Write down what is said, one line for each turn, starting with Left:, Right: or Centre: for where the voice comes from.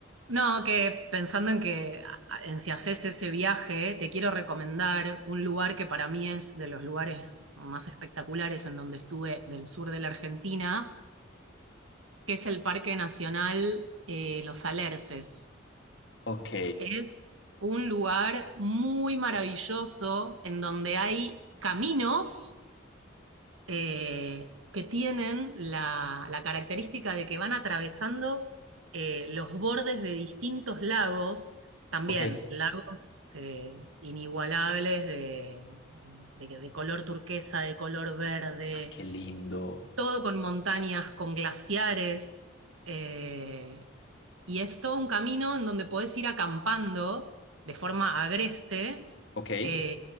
Right: No, que pensando en que en si haces ese viaje, te quiero recomendar un lugar que para mí es de los lugares más espectaculares en donde estuve del sur de la Argentina, que es el Parque Nacional eh, Los Alerces.
Left: Ok,
Right: Es un lugar muy maravilloso en donde hay caminos. eh, que tienen la, la característica de que van atravesando eh, los bordes de distintos lagos, también
Left: ok.
Right: lagos eh, inigualables de, de- de color turquesa, de color verde,
Left: Ah, qué lindo.
Right: todo con montañas, con glaciares. eh, y es todo un camino en donde podés ir acampando de forma agreste
Left: Ok,
Right: eh,